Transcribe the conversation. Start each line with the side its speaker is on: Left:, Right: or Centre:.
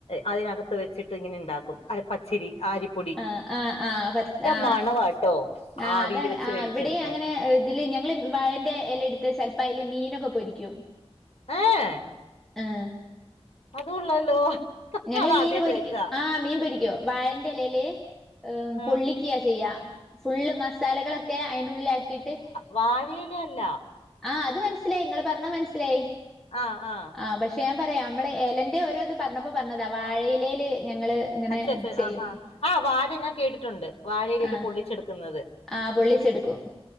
Left: അതിനകത്ത് വെച്ചിട്ട് ഇങ്ങനെ ഉണ്ടാക്കും പച്ചിരി ആരിപ്പ
Centre: ആ ആഹ് ആആ
Left: മണവാട്ടോ
Centre: ആ
Left: ആവിയിൽ
Centre: അത
Left: വെച്ച്
Centre: ആ
Left: വേവിച്ചെടുക്കാൻ
Centre: വിടെ അങ്ങനെ തില് ഞങ്ങള് വഴന്റെ എല എടുത്ത് ചെലപ്പ അയ്ല് മീനൊക്കെ പൊരിക്കും
Left: ഏഹ് ഏഹ്
Centre: ഏഹ്
Left: അതുള്ളല്ലോ
Centre: ഞങ്ങള്
Left: അത്
Centre: മീന്
Left: ആദ്യമായിട്ട്
Centre: പൊരിക്കും
Left: വെക്കുക
Centre: ആ മീൻ പൊരിക്കോ വാഴന്റെ എ ലേല് പൊള്ളിക്കും
Left: ആ
Centre: പൊരിക്ക ചെയ്യ ഫുള്ള് മസാലകളൊക്കെ അയിന്റെ ഉള്ളിലാക്കിയിട്ട്
Left: വാഴയില അല്ല
Centre: ആഹ് അത് മനസ്സിലായി ഇങ്ങള് പറഞ്ഞത് മനസ്സിലായി
Left: ആഹ് ആഹ്
Centre: ആഹ് പക്ഷേ ഞാൻ പറയാം നമ്മള് എലൻ്റെ ഓരോ ഇത് പറഞ്ഞപ്പോൾ പറഞ്ഞതാ വാഴയിലേല് ഞങ്ങൾ ഇങ്ങനെ
Left: അച്ച അച്ച
Centre: ചെയ്ത്
Left: ആഹാ ആഹ് വാഴ ഞാൻ കേട്ടിട്ടുണ്ട് വാഴയിലേൽ
Centre: ആ
Left: പൊള്ളിച്ചെടുക്കുന്നത്
Centre: ആ പൊള്ളിച്ചെടുക്കും